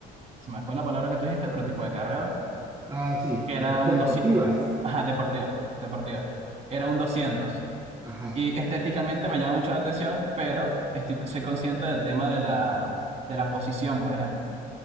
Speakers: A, on the right; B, on the right.
A: se me fue la palabra que tú dijiste, pero tipo de carrera,
B: Ah, sí,
A: que
B: depor-
A: era
B: deportivas.
A: un 200, ajá, deportiva, deportiva, era un doscientos
B: Ajá.
A: Y estéticamente me llama mucho la atención, pero estoy, soy consciente del tema de la, de la posición, por ejemplo,